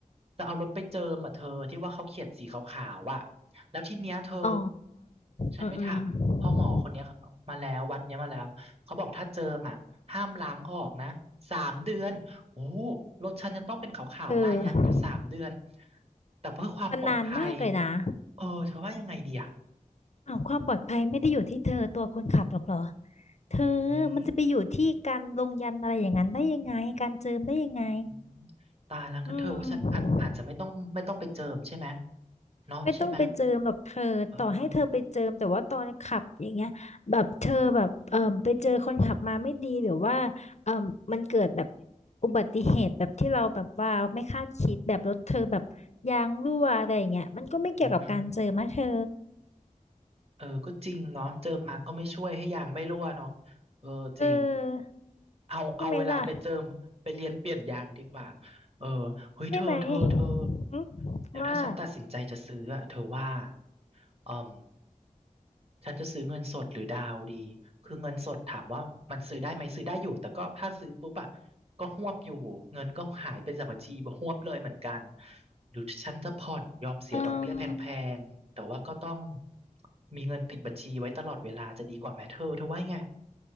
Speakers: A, on the right; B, on the left.
A: จะเอารถไปเจิมอ่ะเธอที่ว่าเขาเขียนสีขาวๆอ่ะแล้วทีเนี้ยเธอ
B: อ๋อ
A: ฉันไปถามพ่อหมอคนเนี้ยมาแล้ววัดเนี้ยมาแล้ว
B: อืมอืม
A: เขาบอกถ้าเจิมอ่ะห้ามล้างออกนะสามเดือนโอ้โหรถฉันจะต้องเป็นขาวๆลายยันต์อยู่สามเดือน
B: เธอ
A: แต่เพื่อความปลอดภัย
B: มันนานมากเลยนะ
A: เออเธอว่ายังไงดีอ่ะ
B: เอาวความปลอดภัยไม่ได้อยู่ที่เธอตัวคนขับหรอกเหรอเธอ
A: อุ้ย
B: มันจะไปอยู่ที่การลงยันต์อะไรอย่างนั้นได้ยังไงการเจิมได้ยังไง
A: อืมตายแล้วกันเธอว่าฉันอาจอาจจะไม่ต้องไม่ต้องไปเจิมใช่ไหม
B: อืม
A: เนาะใช่ไหม
B: ไม่ต้องไปเจิมหรอกเธอต่อให้เธอไปเจิมแต่ว่าตอนขับอย่างเงี้ยแบบเธอแบบเอ่อไปเจอคนขับมาไม่ดีหรือว่าเอ่อมันเกิดแบบ
A: เออ
B: อุบัติเหตุแบบที่เราแบบว่าไม่คาดคิดแบบรถเธอแบบยางรั่วอะไรอย่างเงี้ยมันก็ไม่เกี่ยวกับการเจิมนะเธอ
A: อือหือเออก็จริงเนาะเจิมมาก็ไม่ช่วยให้ยางไม่รั่วเนาะเออจริง
B: เออ
A: เอาเอาเวลาไปเจิมไปเรียนเปลี่ยนยางดีกว่า
B: ใช่ไหมล่ะ
A: เออเฮ้ยเธอเธอเธอ
B: ใช่ไหมหึ
A: แล้วถ้าฉันตัดสินใจจะซื้ออะเธอว่า
B: ว่า
A: อืมฉันจะซื้อเงินสดหรือดาวดีคือเงินสดถามว่ามันซื้อได้ไหมซื้อได้อยู่แต่ก็ถ้าซื้อปุ๊บอ่ะก็ฮวบอยู่เงินก็หายไปจากบัญชีฮวบเลยเหมือนกันหรือฉันจะผ่อนยอมเสียดอกเบี้ยแพงๆแต่ว่าก็ต้อง
B: เอืม
A: มีเงินติดบัญชีไว้ตลอดเวลาจะดีกว่าไหมเธอเธอว่าไง